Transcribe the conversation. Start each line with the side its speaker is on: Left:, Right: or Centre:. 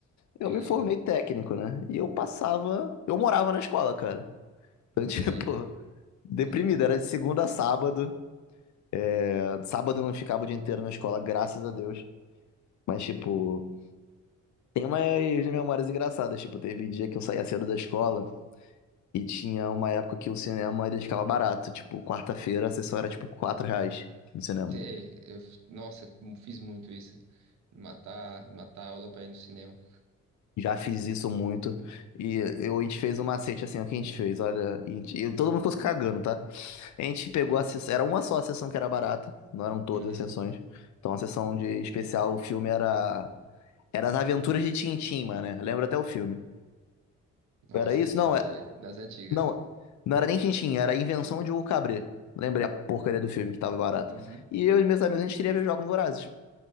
Right: entendi,
Left: Eu me formei técnico, né? E eu passava. Eu morava na escola, cara. Então,
Right: entendi.
Left: <laughs> tipo, deprimido.
Right: <laughs>
Left: Era de segunda a sábado. Eh, Sábado eu não ficava o dia inteiro na escola, graças a Deus. Mas, tipo, tem umas memórias engraçadas. Tipo, teve dia que eu saía cedo da escola e tinha uma época que o cinema ele ficava barato. Tipo, quarta-feira a sessão era tipo 4 reais no cinema.
Right: Cê- Eu, f- nossa, eu fiz muito isso. Matar, matar a aula pra ir no cinema.
Left: Já fiz isso muito. E eu, a gente fez um macete assim, ó, que a gente fez, olha. a gente- e todo mundo ficou se cagando, tá? A gente pegou a sessão. Era uma só a sessão que era barata, não eram todas
Right: Uhum.
Left: as sessões. Então a sessão de especial, o filme era. Era As Aventuras de Tintim, mano, né? Lembro até o filme.
Right: Nossa,
Left: Era isso?
Right: essa
Left: Não,
Right: ideia
Left: é.
Right: é das antigas.
Left: Não, não era nem Tintim, era a Invenção de Hugo Cabret. Lembrei a porcaria do filme que tava barato.
Right: Uhum.
Left: E eu e meus amigos, a gente queria ver Jogos Vorazes.